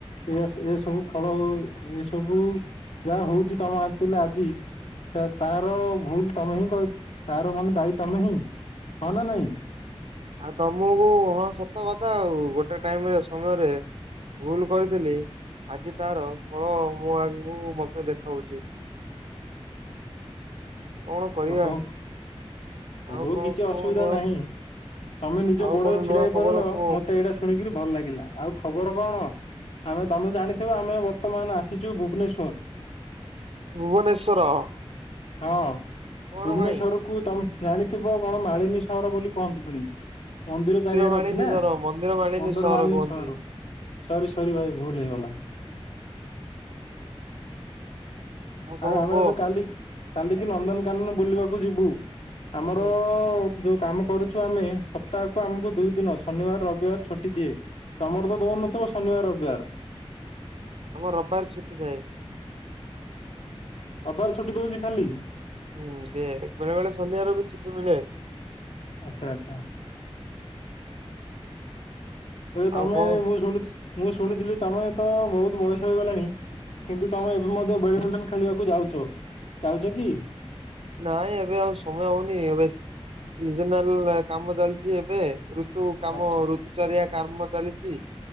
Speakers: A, on the left; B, on the right.
A: ଇଏ ଏ ସବୁ ଫଳ ହଉ ଏ ସବୁ ଯାହା ହଉଛି ତମେ ଆଣିଥିଲେ ଆଜି। ସେ ତାର ଭୁଲ ତମେ ହିଁ ତାର ମାନେ ଦାୟୀ ତମେ ହିଁ ହଁ ନା ନାଇଁ।
B: ଆଉ ତମକୁ ହଁ ସତ କଥା ଆଉ ଗୋଟେ ଟାଇମ୍ ରେ ସମୟରେ ଭୁଲ କରିଥିଲି ଆଜି ତାର ଫଳ ମୁଁ ଆଗକୁ ମତେ ଦେଖାଉଛି। କଣ କରିବା।
A: ଓହୋ
B: ଆଉ
A: ହଉ
B: କଣ
A: କିଛି
B: କୁହ
A: ଅସୁବିଧା
B: ନୂଆ
A: ନାହିଁ ତମେ ନିଜ
B: ଆଉ
A: ଗୋଡ଼
B: କଣ
A: ରେ
B: ନୂଆ
A: ଛିଡ଼ା ହେଇ
B: ଖବର
A: ପାରିଲ
B: କୁହ
A: ମତେ ଏଇଟା ଶୁଣିକିରି ଭଲ ଲାଗିଲା ଆଉ ଖବର କଣ? ଆମେ ତମେ ଜାଣିଥିବ ଆମେ ବର୍ତ୍ତମାନ ଆସିଛୁ ଭୁବନେଶ୍ଵର।
B: ଭୁବନେଶ୍ଵର।
A: ହଁ
B: କଣ
A: ଭୁବନେଶ୍ଵର
B: ପାଇଁ
A: କୁ ତମେ ଜାଣିଥିବ କଣ ମାଳିନୀ ସହର ବୋଲି କୁହନ୍ତି ଫୁଣି। ମନ୍ଦିର ଚାରିଆଡ଼େ
B: ମାଳିନୀ
A: ଅଛି ନା
B: ସହର ମନ୍ଦିର ମାଳିନୀ
A: ମନ୍ଦର
B: ସହର
A: ମାଳିନି
B: କୁହନ୍ତି
A: ସହର ସରି ସରି ଭାଇ ଭୁଲ୍ ହେଇଗଲା।
B: କଣ
A: ଆଉ ଆମେ
B: କୁହ
A: ଏବେ କାଲି କାଲିକି ନନ୍ଦନକାନନ ବୁଲିବାକୁ ଯିବୁ ଆମର
B: ହୁଁ
A: ଯୋଉ କାମ କରୁଛୁ ଆମେ ସପ୍ତାହକୁ ଆମକୁ ଦୁଇ ଦିନ ଶନିବାର ରବିବାର ଛୁଟି ଦିଏ। ତମର ତ ଦଉନଥିବ ଶନିବାର ରବିବାର।
B: ଆମର ରବିବାର ଛୁଟି ଥାଏ।
A: ରବିବାର ଛୁଟି ଦଉଛି ଖାଲି।
B: ହୁଁ ଦିଏ ବେଳେ ବେଳେ ଶନିବାର ବି ଛୁଟି ମିଳେ।
A: ଆଚ୍ଛା ଆଚ୍ଛା। ଏବେ ତମେ
B: ଆଉ କଣ
A: ମୁଁ ଶୁଣି ମୁଁ ଶୁଣିଥିଲି ତମେ ତ ବହୁତ୍ ବୟସ ହେଇଗଲାଣି। କିନ୍ତୁ ତମେ ଏବେ ମଧ୍ୟ ବ୍ୟାଡମିଣ୍ଟନ୍ ଖେଳିବାକୁ ଯାଉଛ ଯାଉଛ କି?
B: ନାଇଁ ଏବେ ଆଉ ସମୟ ହଉନି ଏବେ ସିଜିନାଲ୍ କାମ ଚାଲିଛି ଏବେ। ଋତୁ କାମ
A: ଆଚ୍ଛା
B: ଋତୁଚାରିଆ କାମ ଚାଲିଛି।